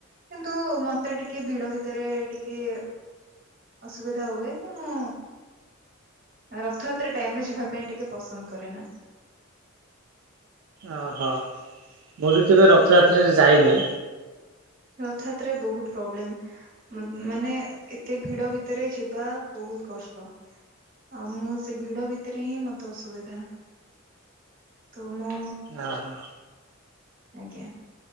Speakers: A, on the right; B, on the right.
A: କିନ୍ତୁ ମତେ ଟିକେ ଭିଡ ଭିତରେ ଟିକେ। ଅସୁବିଧା ହୁଏ ତ ମୁ। ରଥଯାତ୍ରା ଟାଇମ ରେ ଯିବା ପାଇଁ ଟିକେ ପସନ୍ଦ କରେନା।
B: ଅ ହ ମୁଁ ବି କେବେ ରଥଯାତ୍ରରେ ଯାଇନି।
A: ରଥଯାତ୍ରରେ ବହୁତ ପ୍ରୋବ୍ଲେମ। ମ ମାନେ ଏତେ ଭିଡ ଭିତରେ ଯିବା ବହୁତ କଷ୍ଟ। ଆଉ ମୁଁ ସେ ଭିଡ ଭିତରେ ହିଁ ମତେ ଅସୁବିଧା। ତୁ ମୁଁ।
B: ଆ ହ।
A: ଆଜ୍ଞା